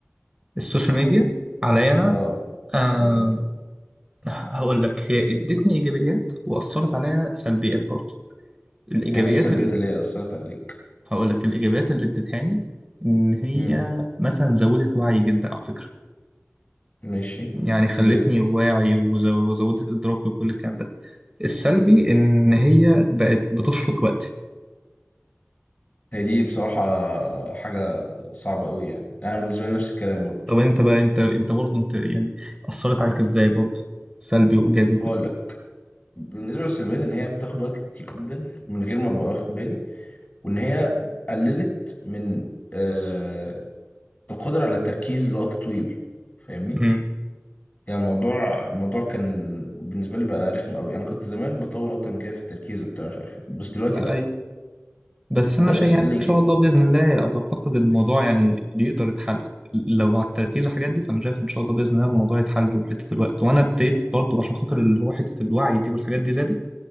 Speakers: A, on the right (about 20°); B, on the left (about 35°).
A: السوشيال ميديا عليا انا
B: اه
A: آه،
B: عليك انت
A: هقول لك هي ادتني ايجابيات واثرت عليا سلبيات برضو الايجابيات
B: يعني ايه السلبيات
A: مم. ال...
B: اللي هي أثرت عليك؟
A: هقول لك الايجابيات اللي ادتهاني ان هي
B: امم
A: مثلا زودت وعي جدا على فكره
B: ماشي
A: يعني خلتني
B: ازاي؟
A: واعي وزو- وزودت ادراكي وكل الكلام ده السلبي ان هي بقت بتشفط وقتي
B: هي دي بصراحة حاجة صعبة قوي يعني أنا بالنسبة لي نفس الكلام برضه
A: طب انت بقى انت انت برضو انت يعني اثرت عليك ازاي برضو سلبي وايجابي وكده
B: هقول لك بالنسبة للسلبيات إن هي بتاخد وقت كتير جدا من غير ما أبقى واخد بالي وإن هي قللت من آه القدرة على التركيز لوقت طويل فاهمني؟
A: مم.
B: يعني الموضوع الموضوع كان بالنسبة لي بقى رخم قوي أنا كنت زمان بطول أكتر من كده في التركيز وبتاع مش عارف إيه بس دلوقتي لأ
A: ايوه بس
B: بس
A: انا شايف يعني
B: اللي
A: ان شاء الله باذن الله اعتقد الموضوع يعني يقدر يتحل لو على التركيز والحاجات دي فانا شايف ان شاء الله باذن الله الموضوع يتحل وحته الوقت وانا ابتديت برضو عشان خاطر اللي هو حته الوعي دي والحاجات دي زادت